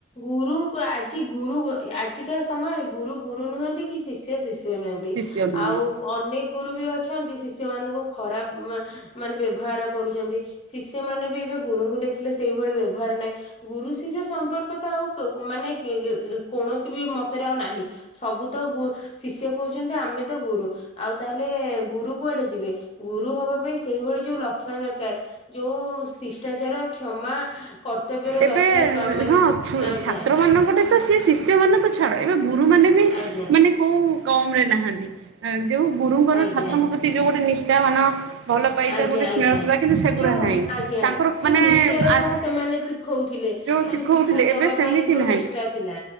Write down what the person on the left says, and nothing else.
ଗୁରୁଙ୍କୁ ଆଗ ଆଜି ଗୁରୁ ଆଜିକା ସମୟରେ ଗୁରୁ ଗୁରୁ ନୁହଁନ୍ତି କି ଶିଷ୍ୟ ଶିଷ୍ୟ ତେମେନ୍ତି
ଆଉ ଅନେକ ଗୁରୁ ବି ଅଛ ଶିଷ୍ୟ ମାନଙ୍କୁ ଖରାପ ମା ମାନେ ବ୍ୟବହାର କରୁଚନ୍ତି ଶିଷ୍ୟ ମାନ ବି ଏବେ ଗୁରୁଙ୍କୁ ଦେଖିଲେ ସେ ଏ ଭଳି ବ୍ୟବହାର ନହିଁ ଗୁରୁ ଶିଷ୍ୟ ସମ୍ପର୍କ ତ ଆଉ କ ମାନେ ଏ ଇ ଗେ କୌଣସି ବି ମତରେ ଆଉ ତ ଆଉ ନାହିଁ ସବୁ ତ ଗୁ ଶିଷ୍ୟ କହୁଛନ୍ତି ଆମେ ତ ଗୁରୁ ଆଉ ତାହେଲେ ଗୁରୁ କୁଆଡେ ଯିବେ ଗୁରୁ ହବା ପାଇଁ ସେଇଭଳି ଯୋଉ ଲକ୍ଷଣ ଦରକାର ଯୋଉ ଶିଷ୍ଟାଚାର କ୍ଷମା କର୍ତ୍ତବ୍ୟର
ଦରକାର କ-
ମାନେ
ଆଜ୍ଞା
ଆଜ୍ଞା
ଆଜ୍ଞା
ଆଜ୍ଞା
ଆଜ୍ଞା
ଯୋଉ
ଆଜ୍ଞା
ଯୋଉ
ନିଷ୍ଠାର
ସହ ସେମାନେ ଶିଖଉଥିଲେ
ମାନେ
ଶିକ୍ଷା ଦବା
ପାଇଁ ଯୋଉ
ନିଷ୍ଠା ଥିଲା